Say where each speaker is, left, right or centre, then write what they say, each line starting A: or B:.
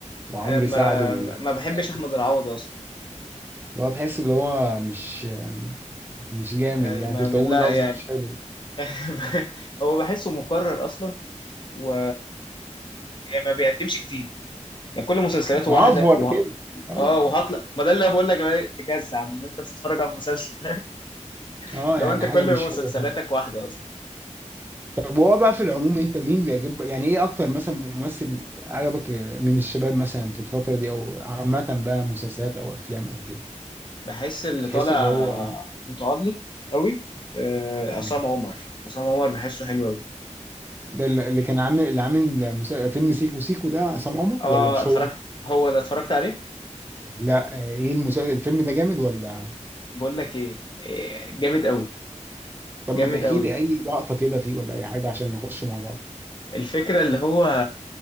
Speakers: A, on the right; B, on the left.
A: وعمرو
B: آه، ما
A: سعد والحاجات
B: ما بحبش احمد
A: دي
B: العوضي اصلا
A: اللي هو تحس اللي هو مش مش جامد
B: ما
A: يعني كنت
B: ما-
A: اقول
B: لا
A: لفظ
B: يعني
A: مش حلو
B: <laughs> هو بحسه مكرر اصلا و يعني ما بيقدمش جديد يعني كل مسلسلاته
A: معفور
B: واحده و...
A: كده اه
B: اه وهطلع ما ده اللي بقول لك عليه، تجزع من ان انت بتتفرج على مسلسل <laughs>
A: اه
B: لو
A: يعني
B: انت كل
A: حاجه مش
B: مسلسلاتك
A: حلوه
B: واحده اصلا
A: طب وهو بقى في العموم انت مين بيعجب يعني ايه اكتر مثلا ممثل عجبك من الشباب مثلا في الفترة دي او عامة بقى مسلسلات او افلام او كده
B: بحس اللي
A: بتحس
B: طالع
A: اللي هو
B: متألق قوي آه، عصام
A: يعني
B: عمر عصام عمر بحسه حلو قوي
A: ده اللي اللي كان عامل اللي عامل مسا- فيلم سيكو سيكو ده عصام عمر
B: اه
A: ولا مش
B: اتفرجت
A: هو؟
B: هو ده اتفرجت عليه
A: لا آه، ايه المسلسل الفيلم ده جامد ولا
B: بقول لك ايه إيه، جامد قوي
A: طب
B: جامد
A: ما تحكي
B: قوي
A: لي اي لقطة كده فيه ولا اي حاجة عشان نخشه مع بعض
B: الفكرة اللي هو